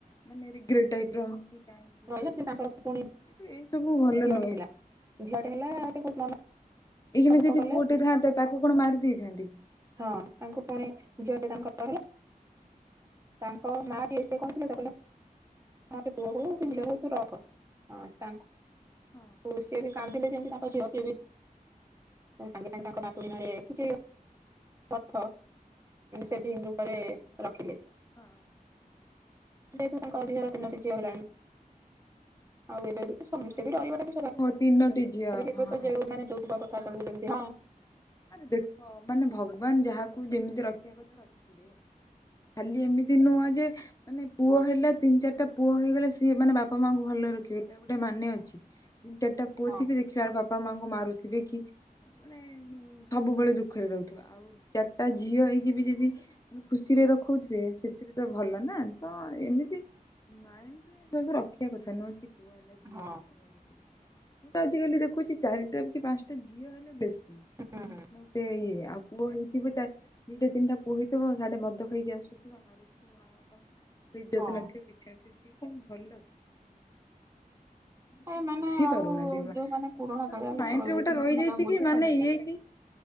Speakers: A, on the left (about 25°); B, on the right (about 20°).
A: ମାନେ ରିଗ୍ରେଟ ଟାଇପ୍ ର। କାହିଁକି
B: ରହିଲା
A: ହେଲା
B: ସେ
A: କିନ୍ତୁ
B: ତାଙ୍କର ପୁଣି
A: ଏଇ ସବୁ ଭଲ
B: ଝିଅଟେ
A: ନୁହେଁ
B: ହେଲା
A: ହଁ।
B: ଝିଅଟେ ହେଲା ସେ ବହୁତ ମନ
A: ଏହିଇନା
B: ଦୁଃଖ
A: ଯଦି
B: କଲେ
A: ପୁଅଟି ଥାନ୍ତେ ତାକୁ କଣ ମାରି ଦେଇଥାନ୍ତି କି?
B: ହଁ ତାଙ୍କୁ ପୁଣି ଝିଅଟି ତାଙ୍କର ରହିଲା। ତାଙ୍କ ମା ଯିଏ ସେ କହିଥିଲେ ତ କହିଲେ ହଁ ସେପୁଅ ହଉ କି
A: ହଁ
B: ଝିଅ ହଉ ତୁ ରଖ ତାଙ୍କୁ
A: ହଁ।
B: ସିଏ ବି କାନ୍ଦିଲେ ଯେମିତି ତାଙ୍କ ଝିଅ ସିଏ ବି ସାଙ୍ଗେ ସାଙ୍ଗେ ତାଙ୍କ ନାତୁଣି ନାଁ ରେ କିଛି ଅର୍ଥ ସେଭିଂ ମାନେ ରୁପରେ ରଖିଲେ।
A: ହଁ।
B: ଯେହେତୁ ତାଙ୍କ ଝିଅର ତିନୋ ଟି ଝିଅ ହେଲାଣି ଆଉ ଏବେ ବି ସମେ
A: ହଁ।
B: ସେ ବି ରହିବାଟା <unintelligible>
A: ଓହୋ ତିନୋଟି ଝିଅ ହଁ
B: ଯୋଉ ମାନେ ଯୌତୁକକଥା ସବୁ ଯେମିତି ହଁ।
A: ଆରେ ଦେଖ ମାନେ ଭଗବାନ ଯାହାକୁ ଯେମିତି ରଖିବା କଥା ରଖିବେ ଖାଲି ଏମିତି ତି ନୁହଁ ଯେ ମାନେ ପୁଅ ହେଲା ତିନି ଚାରିଟା ପୁଅ ହେଇଗଲେ ସିଏ ମାନେ ବାପା ମାଆଙ୍କୁ ଭଲ ରଖିବେ ଏଇଟା ଗୋଟେ ମାନେ ଅଛି ଚାରିଟା ପୁଅ
B: ହଁ
A: ଥିବେ ଦେଖ ଖିଲା ବେଳକୁ ବାପା ମାଆଙ୍କୁ ମାରୁଥିବେ କି ମାନେ ଯୋଉ ସବୁବେଳେ ଦୁଃଖରେ ରହୁଥିବା ଆଉ ଚାରିଟା ଝିଅ ହେଇକି ବି ଯଦି ଖୁସିରେ ରଖୁଥିବେ ସେଥିରେ ତ ଭଲ ନା ତ ଏମିତି ମାଇଣ୍ଡ ସବୁ ରଖିବା କଥା ନୁହଁ କି। ପୁଅ ହେଲା ଝିଅ
B: ହଁ
A: ହେଲେ ମୁଁ ତ ଆଜିିକାଲି ଦେଖୁଛି ଚାରିଟା କି ପାଞ୍ଚଟା ଝିଅ ହେଲେ ବେଶୀ
B: ହଁ ହଁ।
A: ଗୋଟେ ଇଏ ଆଉ ପୁଅ ହେଇଥିବ ଦିଟା ତିନିଟା ପୁଅ ହେଇଥିବ ସାଢେ ମଦ ଖାଇକି ଆସୁଥିବ ମାରୁ <unintelligible>
B: ହଁ।
A: କିଛି ନ ଥିବ ସେ କଣ ଭଲ।
B: ଏ
A: କିନ୍ତୁ
B: ମାନେ
A: ବୁଝି
B: ଆଉ
A: ପାରୁନାହାନ୍ତି ମା
B: ଯୋଉମାନେ
A: ସମସ୍ତଙ୍କ
B: ପୁରୁଣା କାଳିଆ ଲୋକ
A: ମାଇଣ୍ଡ
B: ରହିଯାଇଛନ୍ତି
A: ରେ ଗୋଟେ ରହିଯାଇଛି
B: ସେମାନେ ଆଉ ବୁଝୁଛନ୍ତି।
A: କି ମାନେ ଇଏ